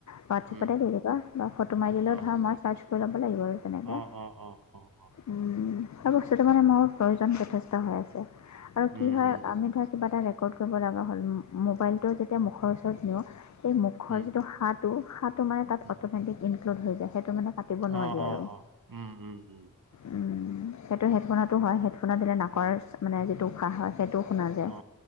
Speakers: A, on the left (about 60°); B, on the right (about 85°).
A: হোৱাটছএপতে
B: উম
A: দি দিবা বা ফটো মাৰি দিলেও
B: অ
A: ধৰা মই চাৰ্চ কৰি ল'ব লাগিব আৰু তেনেকাে
B: অ অ অ অ অ
A: উম। এই বস্তুটো মানে মোৰ প্ৰয়োজন যথেষ্ট হৈ আছে আৰু কি
B: উম
A: হয়
B: উম
A: আমি ধৰা কিবা এটা ৰেকৰ্ড কৰিব লগা হ'ল মোবাইলটো যেতিয়া মুখৰ ওচৰত নিওঁ সেই মুখৰ
B: উম
A: যিটো সাঁটো সাঁ টো মানে তাত
B: উম
A: অটোমেটিক ইনক্লুদ হৈ যায় সেইটো মানে পাতিব নোৱাৰি
B: অ অ
A: আৰু,
B: অ উম উম উম
A: উম। সেইটো হেডফোনতো হয় হেডফোনত দিলে নাকৰ
B: অ
A: মানে যিটো উশাহ হয়। সেইটোও শুনা যায়
B: অ,